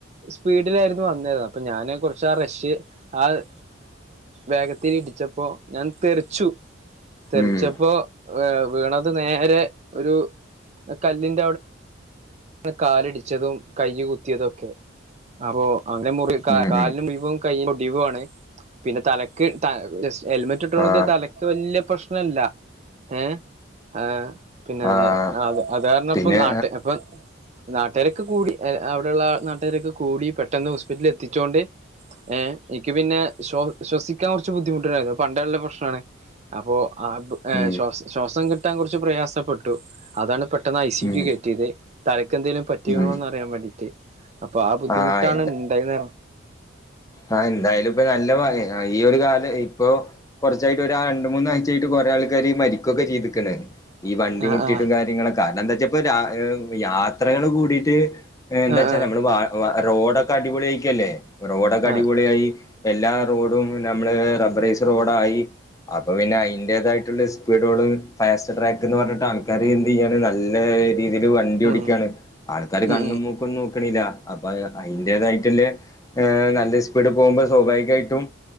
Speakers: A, on the right; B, on the left.
A: സ്പീഡിലായിരുന്നു വന്നത് അപ്പൊ ഞാന് കുറചാ റഷ് ആങ്‌ വേഗത്തിൽ ഇടിച്ചപ്പോ ഞാൻ തെറിച്ചു തെറിച്ചപ്പോ
B: ഉം
A: വീണത് നേരെ ഒരു കല്ലിന് കാലിടിച്ചതും കയ്യ് കുത്തിയതൊക്കെ അപ്പൊ അങ്ങനെ മുറി <inaudible>
B: ഉം
A: കാലിനു
B: ഉം
A: <inaudible> കൈയിനോടിവുവാണ് പിന്നെ തലക്ക് ത ജസ് ഹെൽമെറ്റ് ഇട്ടതൊണ്ട്
B: ആഹ്
A: തലക്ക് വലിയ പ്രശ്നല്ല ഏഹ് ആഹ് പിന്നെ
B: ആഹ്
A: അത് അതുകാരണം
B: പിന്നെ
A: ഇപ്പ നാട്ട്ക്കിപ്പൊ നാട്ടാരൊക്കെ കൂടി അവിടെള്ള നാട്ടാരൊക്കെ കൂടി പെട്ടെന്ന് ഹോസ്പിറ്റലിൽ എത്തിച്ചോണ്ട് ഏഹ് എനിക്ക് പിന്നെ ശ്വ ശ്വസിക്കാൻ കുറച്ച് ബുദ്ധിമുട്ടാണ്ടയിരുന്നു പണ്ടെള്ള പ്രശ്നണ് അപ്പോ ആഹ് പ് ങ്‌
B: ഉം
A: ശ്വാസ ശ്വാസം കിട്ടാൻ കുറച്ച് പ്രയാസപ്പെട്ടു അതാണ് പെട്ടെന്ന് ഐ സി യു
B: ഉം
A: ക് കെറ്റിയത് തലക്കെന്തേങ്കിലും പറ്റിണോന്ന്
B: ഉം
A: അറിയാൻ വേണ്ടീട്ട്, അപ്പൊ ആ ബുദ്ധിമുട്ടാണ്
B: ആഹ്
A: ഉണ്ടായുന്ന
B: ആ, എന്തായാലും ഇപ്പൊ നല്ല ഭാഗ്യ ആയി, ഈ ഒരു കാല് ഇപ്പൊ കുറച്ചായിട്ട് ഒരാ രണ്ട് മൂന്നാഴ്ച ആയിട്ട് കുറേ ആൾക്കാര് മരിക്കുവൊക്കെ ചെയ്തേക്കണ്. ഈ വണ്ടി
A: ആഹ്
B: മുട്ടിയിട്ടും
A: ആഹ്
B: കാര്യങ്ങളൊക്കെ കാരണം എന്താ വെച്ചാപ്പ യാത്രകള് കൂടിട്ട്. എന്താച്ചാ
A: ആഹ്
B: നമ്മള് വ റോഡൊക്കെ അടിപൊളിയ ആയിക്കല്ലേ, റോഡൊക്കെ
A: ആഹ്
B: അടിപൊളി
A: ആഹ്
B: ആയി. എല്ലാ റോഡും നമ്മള് റബ്ബറൈസ് റോഡായി. അപ്പൊ പിന്നെ അതിന്റേതായിട്ടുള്ള സ്പീഡോ ഫാസ്റ്റ ട്രാക്ക്ന്ന് പറഞ്ഞിട്ട് ആൾക്കാര് എന്ത് ചെയ്യാണ് നല്ല രീതി ഇതില് വണ്ടി
A: ഉം
B: ഓടിക്കയാണ് ആൾക്കാര്
A: ഉം
B: കണ്ണും മൂക്കൊന്നും നോക്ക്‌ണില്ലാ അപ്പൊ അയ്ന്റേതായിട്ടുള നല്ല സ്പീഡ് പോകുമ്പോ സ്വാഭാവികായിട്ടും